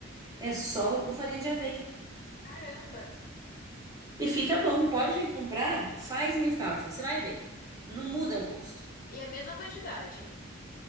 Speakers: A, on the right (about 20°); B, on the left (about 45°).
A: É só o farinha de aveia.
B: Caramba.
A: E fica bom. Pode comprar, faz e me fala. Você vai ver. Não muda o gosto.
B: E a mesma quantidade?